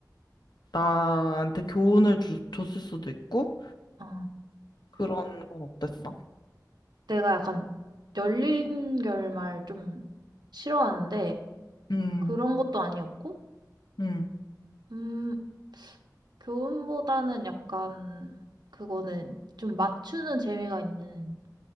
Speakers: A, on the left; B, on the right.
A: 나한테 교훈을 주, 줬을 수도 있고?
B: 아.
A: 그런 건 어땠어?
B: 내가 약간 열린 결말 좀 싫어하는데
A: 음,
B: 그런 것도 아니었고,
A: 음,
B: 음, 교훈보다는 약간 그거는 좀 맞추는 재미가 있는